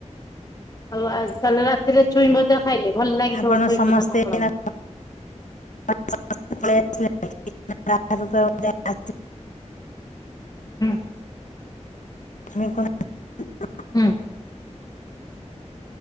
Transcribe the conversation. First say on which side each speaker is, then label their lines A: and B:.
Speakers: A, on the left; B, on the left.
A: ହଉ ଆ ତାହେଲେ ରାତିରେ ଛୁଇଁ ଭଜା ଖାଇଲେ ଭଲ ଲାଗିଥିବ
B: ଆପଣ
A: ଛୁଇଁ
B: ସମସ୍ତେ
A: ଭଜା ପଖାଳ
B: ଏଇନା
A: ଭାତ।
B: <unintelligible>
A: ହଁ।
B: <unintelligible>
A: ହୁଁ।